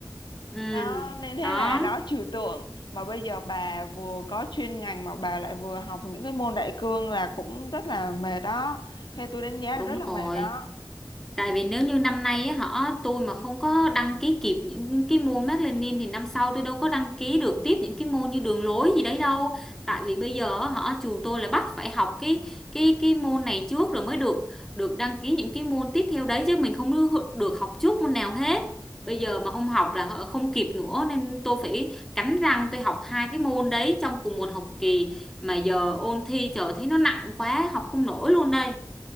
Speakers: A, in the centre; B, on the left.
A: Ừ.
B: đó nên thế
A: Đó,
B: là nó trừu tượng mà bây giờ bà vừa có chuyên ngành mà bà lại vừa học những cái môn đại cương là cũng rất là mệt đó theo tôi đánh giá
A: đúng
B: là rất là mệt
A: rồi.
B: đó
A: Tại vì nếu như năm nay á, họ tôi mà không có đăng ký kịp những cái môn Mác Lênin thì năm sau tôi đâu có đăng ký được tiếp những cái môn như đường lối gì đấy đâu. Tại vì bây giờ á, họ trường tôi là bắt phải học cái cái cái môn này trước rồi mới được được đăng ký những cái môn tiếp theo đấy chứ mình không được được học trước môn nào hết. Bây giờ mà không học là họ không kịp nữa nên tôi phải cắn răng tôi học hai cái môn đấy trong cùng một học kỳ mà giờ ôn thi trời thấy nó nặng quá học không nổi luôn đây.